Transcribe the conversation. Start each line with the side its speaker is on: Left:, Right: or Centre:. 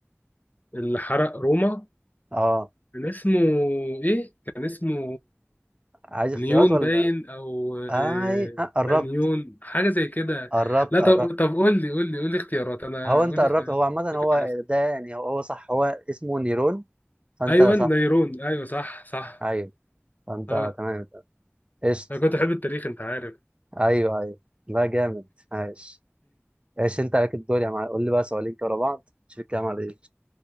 Left: اللي حرق روما
Right: اه
Left: كان اسمه إيه؟ كان اسمه
Right: عايز اختيارات
Left: نيون
Right: ولا
Left: باين أو
Right: اي
Left: آه،
Right: آه قربت
Left: مانيون حاجة زي كده
Right: قربت
Left: لا طب
Right: قربت
Left: طب قول لي قول لي قول لي اختيارات أنا
Right: هو انت
Left: قول
Right: قربت
Left: لي اختيارات
Right: هو عامة هو
Left: فاكر اسمه.
Right: ده يعني هو, هو صح هو اسمه نيرون فانت
Left: أيوه
Right: صح
Left: نيرون أيوه صح صح
Right: ايوه فانت
Left: آه
Right: تمام قشطة
Left: أنا كنت أحب التاريخ أنت عارف
Right: ايوه ايوه لا جامد عايش ايش انت عليك الدور يا معلم قول لي بقى سؤالين كده ورا بعض شوف الكلام على ايه